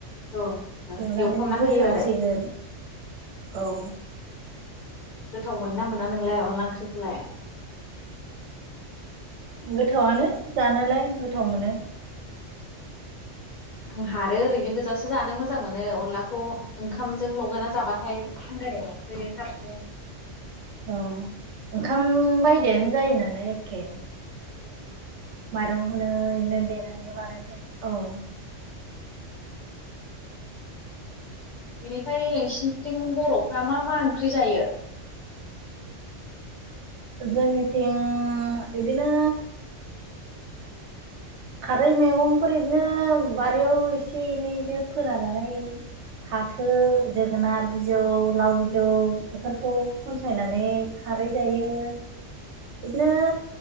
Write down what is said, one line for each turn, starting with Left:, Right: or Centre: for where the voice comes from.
Left: औ होनबा
Right: एवनानै
Left: एवफ्रामना
Right: होसनसिगोन
Left: होयो आरो।
Right: औ।
Left: गोथाव मोन ना मोना नोंलाय। अनला ओंख्रि खौलाय
Right: गोथावनो जानोलाय गो गोथाव मोनो।
Left: आं हारो ओरैनो गो बुरजासो जानो मोजां मोनो अनलाखौ ओंखामजों लगायना जाबाथाय आंगायनाय मोनसोयो थाबनो।
Right: अ ओंखाम बायदिनो जायो नालाय। एखे
Left: औ।
Right: माइरंखौनो इदिनो देनानै बानायानानै औ।
Left: बेनिफ्राय नोंसिनिथिं बर'फ्रा मा मा ओंख्रि जायो।
Right: जोंनिथिं बिदिनो खारै मैगंफोर इदिनो बारियाव एसे एनै फोना लानाय फाथो जोगोनार बिजौ लाव बिजौ बेफोरखौ खनसायनानै
Left: औ
Right: खारै जायो बिदिनो